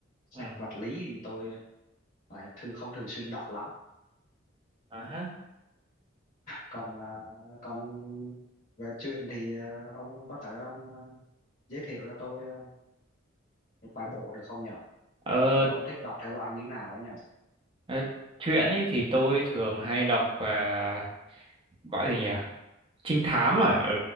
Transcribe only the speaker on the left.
sách
vật lý thì tôi lại thường không thường xuyên đọc lắm
còn ờ, còn về truyện thì ờ, ông có thể ông ờ, giới thiệu cho tôi ờ, một vài bộ được không nhỉ
kiểu ông thích đọc thể loại như nào ấy nhỉ